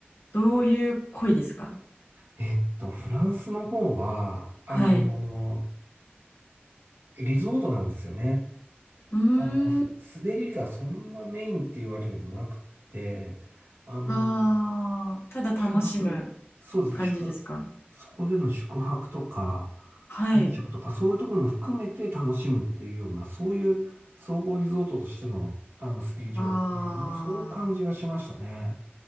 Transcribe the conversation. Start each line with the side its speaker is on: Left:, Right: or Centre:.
Left: どういう恋ですか
Right: えっと、フランスの方は、あの
Left: はい。
Right: ーリゾートなんですよね。
Left: うー
Right: あの、
Left: ん、
Right: 滑りがそんなメインっていうわけでもなくて、あの、
Left: ああただ楽しむ
Right: 宿泊、そうですね、
Left: 感じですか
Right: 宿泊、そこでの宿泊とか、
Left: はい。
Right: 飲食とか、そういうところも含めて楽しむっていうような、そういう総合リゾートとしての、あの、スキー場っていう、
Left: あ
Right: まあ、そういう感じがしましたね。